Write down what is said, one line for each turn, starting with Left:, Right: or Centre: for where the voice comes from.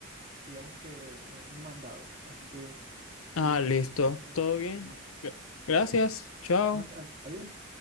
Right: digamos que un, un mandado. Así que
Left: ah,
Right: tú... dis-
Left: listo.
Right: eh,
Left: Todo bien.
Right: hablamos.
Left: Gra- Gracias. Chao.
Right: Vale, vale. Adiós.